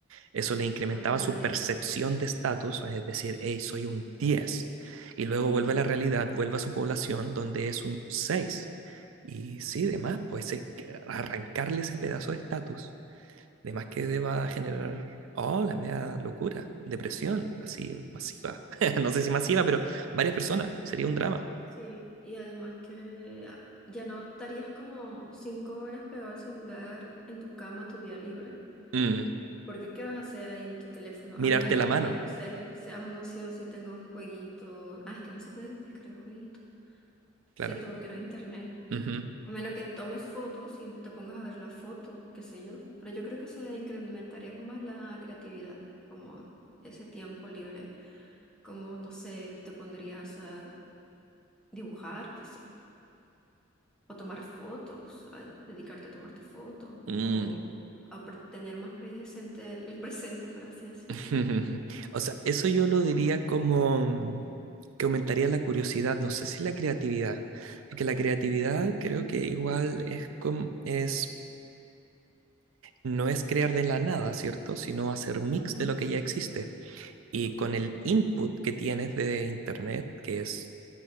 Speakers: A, on the right; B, in the centre.
A: Eso le incrementaba
B: y después habrá nadie.
A: su percepción de estatus, es decir, hey, soy un 10. Y luego
B: Ujú.
A: vuelve a la realidad, vuelve a su población, donde es un 6. Y sí, demás, pues eh, que arrancarle ese pedazo de estatus, de más que deba generar, oh, la media locura, depresión, así masiva. <laughs> No sé si masiva, pero varias personas, sería un drama.
B: Sí, y además que ah, ya no estarías como cinco horas pegado al celular en tu cama tu día libre.
A: Mm.
B: Porque ¿qué vas a hacer ahí en tu teléfono?
A: Mirarte
B: A menos
A: la mano,
B: que, no sé, seas un ocioso y tengas un jueguito. Ah, es que no se puede descargar jueguito.
A: claro.
B: Cierto, porque no hay internet.
A: Ujú.
B: A menos que tomes fotos y te pongas a ver las fotos, qué sé yo. Pero yo creo que se incrementaría con más la creatividad, como ese tiempo libre. Como, no sé, te pondrías a dibujar quizá, o tomar fotos, a dedicarte a tomarte fotos,
A: Mm.
B: o a pre- tener más presente el, el presente, por así decirlo.
A: <laughs> O sea, eso yo lo diría como mm, que aumentaría la curiosidad, no sé si la creatividad, porque la creatividad creo que igual es como es no es crear de la nada, ¿cierto? Sino hacer mix
B: Ujú,
A: de lo que ya existe. Y
B: ujú,
A: con el input que tienes de internet, que es